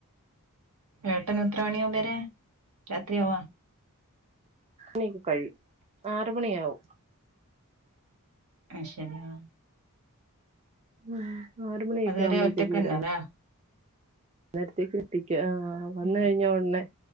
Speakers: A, on the right (about 75°); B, on the right (about 30°).
A: ഏട്ടന് എത്ര മണിയാവകും വരേ രാത്രിയാവാ
B: ണിക്കൊ കഴിയും ആറ് മണിയ ആവും
A: അത് ശരി ആ
B: ആ ആറ് മണിയൊക്കെ
A: അതുവരെ
B: ആകുമ്പോഴത്തേക്ക്
A: ഒറ്റക്കന്നെല്ലേ
B: വരാ നേരത്തേക്ക് എത്തിക്ക ആ വന്ന്
A: ഉം
B: കഴിഞ്ഞ ഉടനെ